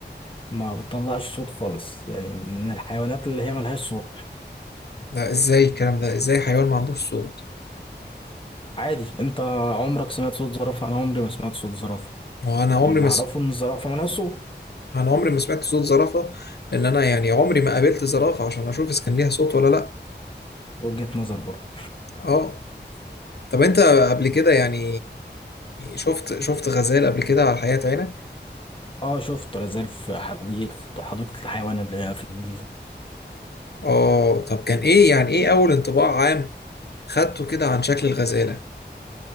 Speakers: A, on the left; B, on the left.
A: ما بتطلعش صوت خالص يعني من الحيوانات اللي هي ملهاش صوت
B: لا ازاي الكلام ده ازاي حيوان ما عندوش صوت
A: عادي أنت عمرك سمعت صوت زرافة أنا عمري ما سمعت صوت زرافة
B: ما هو انا عمري
A: واللي
B: ما
A: اعرفه
B: س...
A: ان الزرافه مالهاش صوت
B: انا عمري ما سمعت صوت زرافه ان انا يعني عمري ما قابلت زرافه عشان اشوف اذا كان ليها صوت ولا لا
A: وجهة نظر برضه
B: اه طب انت قبل كده يعني شفت شفت غزال قبل كده على حياة عينك
A: اه شفت غزال في حديقة حديقة الحيوان اللي هي في الجيزة
B: اه طب كان ايه يعني ايه اول انطباع عام خدته كده عن شكل الغزاله